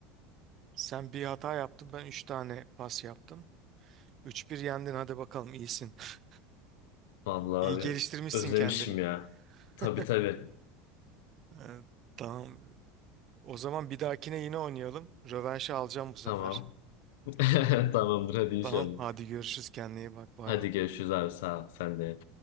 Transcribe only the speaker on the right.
sen bir hata yaptın ben 3 tane pas yaptım. Üç bir yendin hadi bakalım iyisin. <laughs>
İyi geliştirmişsin
kendini.
<laughs>
Evet, tamam. O zaman bir dahakine yine oynayalım. Rövanşı alacağım bu sefer.
Tamam hadi görüşürüz kendine iyi bak bay
bay.